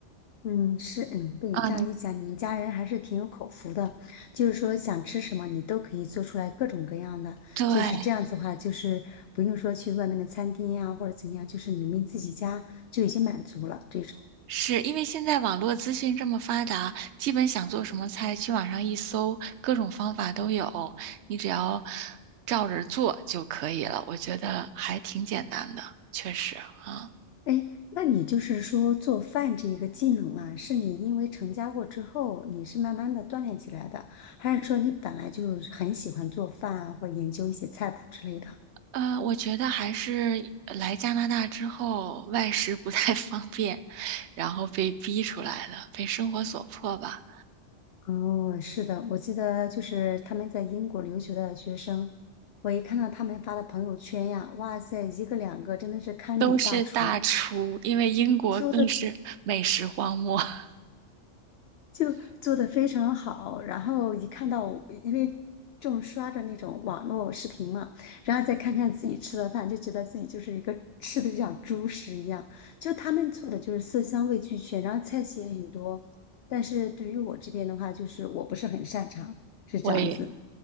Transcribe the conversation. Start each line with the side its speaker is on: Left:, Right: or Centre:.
Left: 嗯，是，嗯，被你这样一讲，
Right: 啊，你
Left: 你们家人还是挺有口福的，就是说想吃什么你都可以做出来各种各样的，
Right: 对。
Left: 就是这样子的话，就是不用说去外面的餐厅呀、或者怎么样，就是你们自己家就已经满足了这种。
Right: 是因为现在网络资讯这么发达，基本想做什么菜，去网上一搜，各种方法都有，你只要照着做就可以了。我觉得还挺简单的，确实啊。
Left: 哎，那你就是说做饭这一个技能啊，是你因为成家过之后，你是慢慢的锻炼起来的，还是说你本来就很喜欢做饭啊，或者研究一些菜谱之类的？
Right: 呃，我觉得还是来加拿大之后，外食不太 <laughs> 方便，然后被逼出来的，被生活所迫吧。
Left: 哦，是的，我记得就是他们在英国留学的学生，我一看到他们发的朋友圈呀，哇塞，一个两个真的是堪比大厨，
Right: 都是大厨，因为英国更是美食荒漠。
Left: 做的
Right: <laughs>
Left: 就做的非常好。然后一看到我因为正刷着那种网络视频嘛，然后再看看自己吃的饭，就觉得自己就是一个吃的就像猪食一样。就他们做的就是色香味俱全，然后菜系也很多。但是对于我这边的话，就是我不是很擅长，是这样子。
Right: 我也，